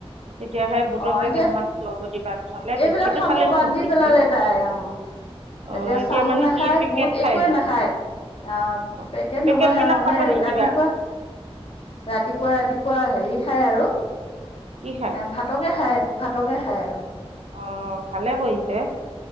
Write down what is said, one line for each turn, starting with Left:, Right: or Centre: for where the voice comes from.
Right: তেতিয়াাহে বুটকে
Left: অ এতিয়া
Right: কেইটামানো ল'ব দিবা। নহ'লে তেতিয়া
Left: এইবিলাক
Right: সেইটো
Left: খাব
Right: খালেও
Left: বাদ
Right: শক্তি
Left: দি পেলালে
Right: হয়
Left: তাই অ।
Right: অ'
Left: এতিয়া চাহো
Right: মানে
Left: নাখায়
Right: কি পেকেট
Left: বুত
Right: খাই
Left: একোৱে
Right: নি
Left: নাখায় আহ
Right: অ'
Left: পেকেট-
Right: পেকেটবিলাক
Left: নহয় আৰু মানে
Right: খাব নিদিবা
Left: ৰাতিপুৱা ৰাতিপ ৰাতিপুৱা-ৰাতিপুৱা হেৰি খায় আৰু
Right: কি খায়
Left: এ ভাতকে খায়, ভাতকে খায় আৰু
Right: অ' ভালে কৰিছে।